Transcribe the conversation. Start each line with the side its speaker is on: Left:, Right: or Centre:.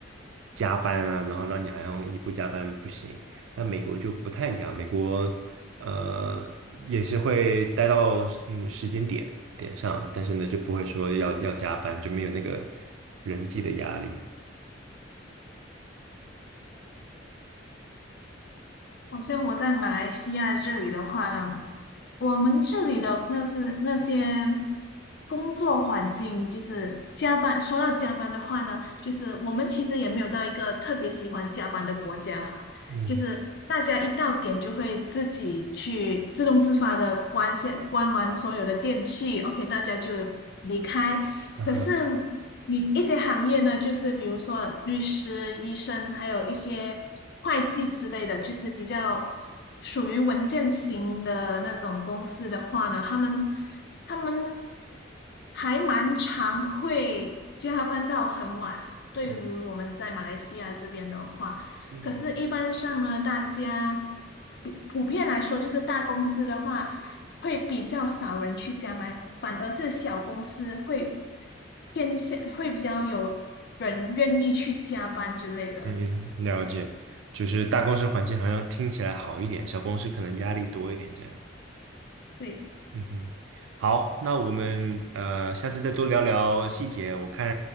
Right: 加班啊，然后让你好像你不加班不行。那美国就不太一样，美国呃也是会待到嗯时间点点上，但是呢就不会说要要加班，就没有那个人际的压力。
Left: 好像我在马来西亚这里的话呢，我们这里的那是那些工作环境，就是加班。说到加班的话呢，就是我们其实也没有到一个特别喜欢加班的国家，
Right: 嗯，
Left: 就是大家一到点就会自己去自动自发的关下关完所有的电器，OK，大家就离开。
Right: 然后
Left: 可是你一些行业呢，就是比如说律师、医生，还有一些会计之类的，就是比较属于文件型的那种公司的话呢，他们他们还蛮常会加班到很晚。对于我们在马来西亚这边的话，
Right: 是的
Left: 可是一般上呢，大家比普遍来说，就是大公司的话。会比较少人去加班，反而是小公司会偏向会比较有人愿意去加班之类的。
Right: 嗯，嗯了解，就是大公司环境好像听起来好一点，小公司可能压力多一点这样。
Left: 对，
Right: 嗯哼，好，那我们呃下次再多聊聊细节，我看